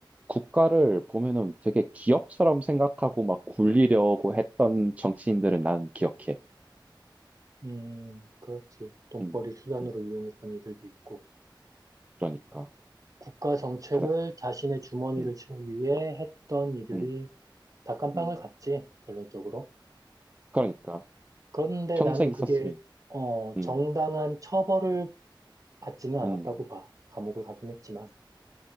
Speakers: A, on the right (about 15°); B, on the right (about 45°).
A: 국가를 보면은 되게 기업처럼 생각하고 막 굴리려고 했던 정치인들은 난 기억해.
B: 음, 그렇지. 돈벌이
A: 음,
B: 수단으로
A: 음,
B: 이용했던 이들도 있고,
A: 그러니까.
B: 국가 정책을
A: 가장,
B: 자신의 주머니를
A: 음,
B: 채우기 위해 했던 이들이
A: 음,
B: 다 깜빵을
A: 음.
B: 갔지, 결론적으로.
A: 그러니까.
B: 그런데
A: 평생
B: 나는 그게,
A: 있었으면.
B: 어,
A: 음,
B: 정당한 처벌을 받지는 않았다고
A: 음,
B: 봐. 감옥을 가긴 했지만,